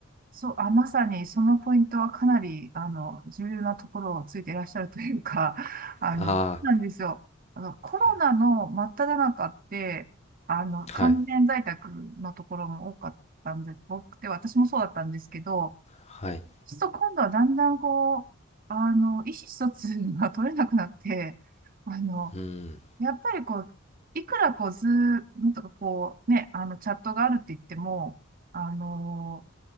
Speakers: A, on the right; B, on the left.
A: そう、あ、まさにそのポイントはかなり、あの、重要なところをついていらっしゃるというか、<laughs> あの、
B: あ
A: なんですよ。あの、コロナの真っ只中って、
B: あー、はい、
A: あの、
B: はい、
A: 完全在宅のところも多かったんで、多くて、私もそうだったんですけど、
B: はい。
A: そうすると今度はだんだんこう、あの、意思疎通が取れなくなって、あの、
B: うん、
A: やっぱりこう、いくらこう、ズームとかこう、ね、あの、チャットがあるって言っても、あの、